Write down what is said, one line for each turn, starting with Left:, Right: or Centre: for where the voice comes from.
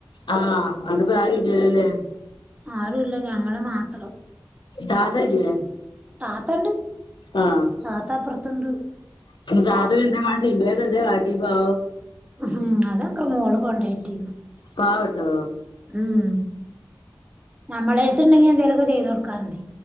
Left: ആഹ് അതോണ്ട് പ്പോ ആരുല്ലല്ലേ ല്ലെ
Right: ആരുല്ല ഞങ്ങള് മാത്രം
Left: താത്തല്ലേ
Right: താത്തണ്ട്
Left: ആഹ്
Right: താത്ത അപ്പുറത്ത്ണ്ട്
Left: <unintelligible> കാട്ടി പ്പോ
Right: ഉം ഹും അതൊക്കെ മോൾ കൊണ്ടോ യിട്ടിനു
Left: പാവട്ടോ
Right: ഉം നമ്മളെര്ത്ണ്ടെങ്കി എന്തേലൊക്കെ ചെയ്ത് കൊടുക്കാറ്ന് ഞ്ഞ്